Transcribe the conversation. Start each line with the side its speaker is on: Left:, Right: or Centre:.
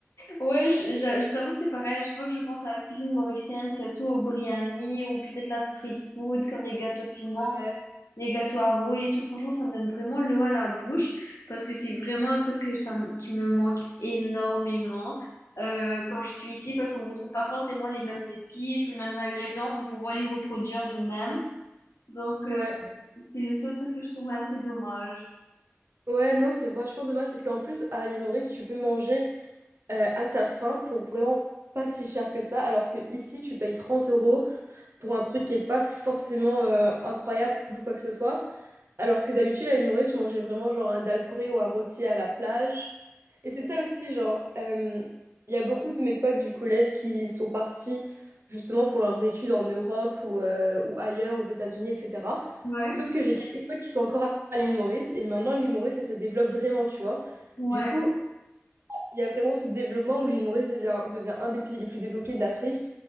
Left: Ouais, je, je- je t'avoue que c'est pareil. À chaque fois que je pense à la cuisine mauricienne, surtout au biryani ou peut-être la street food, comme les gâteaux piments,
Right: Ouais.
Left: les gâteaux à rouille et tout, franchement, ça me donne vraiment l'eau à la bouche parce que c'est vraiment un truc que ça, me- qui me manque énormément euh, quand je suis ici parce qu'on ne retrouve pas forcément les mêmes épices, les mêmes ingrédients pour pouvoir les reproduire nous-mêmes. Donc,
Right: Ouais,
Left: euh, c'est le seul truc que je trouve assez dommage.
Right: Ouais, non, c'est vachement dommage parce qu'en plus, à l'île Maurice, tu peux manger euh, à ta faim pour vraiment pas si cher que ça, alors que ici, tu payes 30 euros pour un truc qui est pas forcément euh, incroyable ou quoi que ce soit. Alors que d'habitude, à l'île Maurice, je mangeais vraiment genre un dal pourré ou un rôti à la plage. Et c'est ça aussi, genre, euh, il y a beaucoup de mes potes du collège qui sont partis justement pour leurs études en Europe ou, euh, ou ailleurs, aux États-Unis, etc.
Left: Ouais.
Right: Sauf que j'ai quelques potes qui sont encore à l'île Maurice et maintenant l'île Maurice, elle se développe vraiment, tu vois.
Left: Ouais.
Right: Du coup, il y a vraiment ce développement où l'île Maurice devient, devient un des pays les plus développés de l'Afrique,